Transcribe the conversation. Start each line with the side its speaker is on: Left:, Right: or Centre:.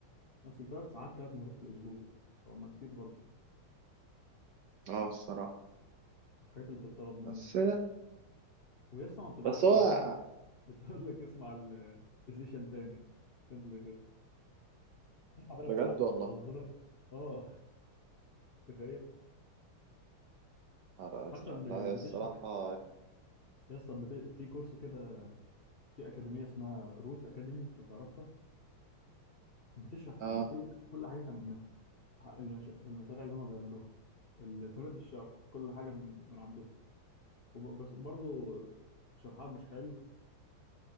Left: اصل ثلاث ساعات ثلاث مرات في الاسبوع فهم كتير برضه
Right: اه الصراحة
Left: الحاجات اللي بتطلب منك
Right: بس
Left: وهي اصلا ما بتبعتش
Right: بس هو
Left: ماتيريال <laughs> بتقول لك اسمع ال- السيشن تاني عشان تذاكر اسمع ثلاث
Right: بجد
Left: ساعات
Right: والله
Left: بتهزر اه تخيل
Right: نهار أزرق
Left: حتى ب-
Right: لا هي الصراحة
Left: بتشرح
Right: يعني،
Left: يا اسطى بت... في كورس كده في اكاديميه اسمها روت اكاديمي لو تعرفها بتشرح
Right: اه
Left: كل كل حاجتها منها المش... المشاريع اللي هم بيعملوها ال- طريقة الشرح كل حاجة من من عندهم وب- بس برضه شرحها مش حلو